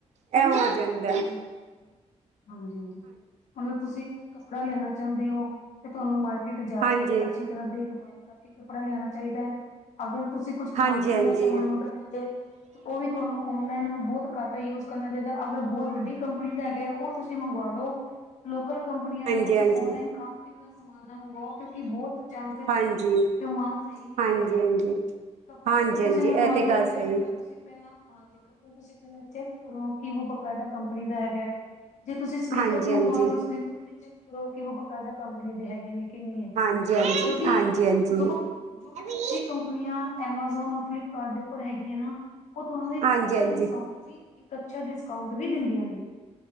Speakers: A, on the right; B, on the left.
A: ਇਹ ਹੋ ਜਾਂਦਾ।
B: ਹਾਂਜੀ ਹਾਂਜੀ ਹਾਂਜੀ ਹਾਂਜੀ ਮਤਲਬ ਤੁਸੀਂ ਕੱਪੜਾ ਲੈਣਾ ਚਾਹੁੰਦੇ ਹੋ ਤੇ ਤੁਹਾਨੂੰ ਮ। ਤੇ ਜਾ
A: ਹਾਂਜੀ,
B: ਕੇ ਅੱਛੀ ਤਰ੍ਹਾਂ ਦੇਖ ਭਾਲ ਕਰਕੇ ਕੱਪੜਾ ਲਿਆਣਾ ਚਾਹੀਦਾ ਹੈ ਅਗਰ। ਤੁਸੀਂ ਕੁਝ ਖਾਣ
A: ਹਾਂਜੀ,
B: ਪੀਣ
A: ਹਾਂਜੀ।
B: ਦਾ ਸਮਾਨ ਆਰਡਰ ਕਰ ਲਓ ਉਹ ਵੀ ਤੁਹਾਨੂੰ ਆਨਲਾਈਨ ਬਹੁਤ ਘੱਟ ਯੂਜ ਕਰਨਾ ਚਾਹੀਦਾ। ਅਗਰ ਬਹੁਤ ਵੱਡੀ ਕੰਪਨੀ ਦਾ ਹੈਗਾ। ਉਹ ਤੁਸੀਂ ਮੰਗਵਾ ਲਓ ਲੋਕਲ। ਲੋਕਲ ਕੰਪਨੀਆਂ
A: ਹਾਂਜੀ
B: ਦਾ ਤੁਸੀਂ
A: ਹਾਂਜੀ
B: ਆਨਲਾਈਨ ਖਾਣ ਪੀਣ ਦਾ ਸਮਾਨ ਨਾ ਮੰਗਵਾਓ ਕਿਉਂਕਿ ਬਹੁਤ ਚਾਂਸਿਸ
A: ਹਾਂਜੀ
B: ਨੇ ਕਿ। ਸਹੀ ਨਹੀਂ
A: ਹਾਂਜੀ ਹਾਂਜੀ
B: ਨਿਕਲਦਾ ਕੱਪੜਾ
A: ਹਾਂਜੀ
B: ਅਗਰ ਤੁਸੀਂ
A: ਹਾਂਜੀ
B: ਮੰਗਵਾ
A: ਇਹ
B: ਰਹੇ ਹੋ
A: ਗੱਲ ਸਹੀ
B: ਤੇ ਕੱਪੜਾ ਤੁਸੀਂ ਪਹਿਲਾਂ। ਹਾਂ ਦੇਖੋ ਤੁਸੀ ਪਹਿਲਾਂ ਚੈੱਕ ਕਰੋ ਕਿ ਉਹ ਬਕਾਇਦਾ ਕੰਪਨੀ ਦਾ ਹੈਗਾ। ਜੇ ਤੁਸੀਂ ਸਲੀਪਰਸ
A: ਹਾਂਜੀ
B: ਮੰਗਵਾ
A: ਹਾਂਜੀ
B: ਰਹੇ ਹੋ ਸਲੀਪਰ ਵੀ ਚੈੱਕ ਕਰੋ ਕਿ ਬਕਾਇਦਾ ਕੰਪਨੀ ਦੇ ਹੈਗੇ ਨੇ। ਕਿ ਨਹੀਂ ਹੈਗੀਆਂ
A: ਹਾਂਜੀ ਹਾਂਜੀ
B: ਕਿਉਂਕਿ
A: ਹਾਂਜੀ ਹਾਂਜੀ
B: ਜੋ, ਜੋ
A: ਹਾਂਜੀ
B: ਅੱਛੀ ਕੰਪਨੀਆਂ ਐਮਾਜ਼ੋਨ, ਫਲਿਪਕਾਰਟ ਦੇ ਉਪਰ ਹੈਗੀ ਆ ਨਾ ਉਹ ਤੁਹਾਨੂੰ ਇੱਕ
A: ਹਾਂਜੀ
B: ਅੱਛਾ ਡਿਸਕਾਂਟ ਵੀ ਅੱਛਾ ਡਿਸਕਾਊਂਟ ਵੀ ਦਿੰਦੀਆਂ ਨੇ।